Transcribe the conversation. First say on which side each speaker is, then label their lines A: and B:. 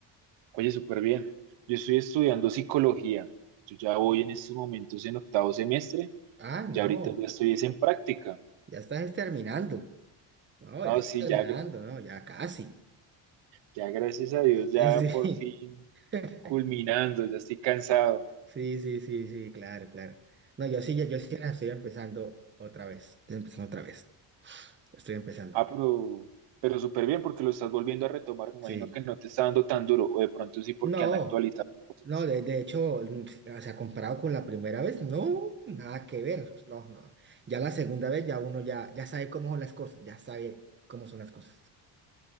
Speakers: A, on the right; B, on the right.
A: Oye, súper bien. Yo estoy estudiando psicología. Yo ya voy en estos momentos en octavo semestre.
B: Ah, no,
A: Ya ahorita ya estoy es en práctica.
B: ya estás terminando. No,
A: No,
B: ya estás
A: sí,
B: terminando,
A: ya, gra-
B: no, ya casi.
A: ya gracias a Dios, ya
B: Eh, Sí,
A: por fin
B: <laughs>
A: culminando, ya estoy cansado.
B: sí, sí, sí, sí, claro, claro. No, yo sí, yo, yo sí apenas estoy empezando otra vez. Estoy empezando otra vez. Estoy empezando.
A: Ah, pero, pero súper bien porque lo estás volviendo a retomar. Me
B: Sí.
A: imagino que no te está dando tan duro, o de pronto sí porque
B: No,
A: han actualizado cosas.
B: no, de, de hecho, mm, o sea, comparado con la primera vez, no, nada que ver. No, no. Ya la segunda vez ya uno ya, ya sabe cómo son las cosas, ya sabe cómo son las cosas.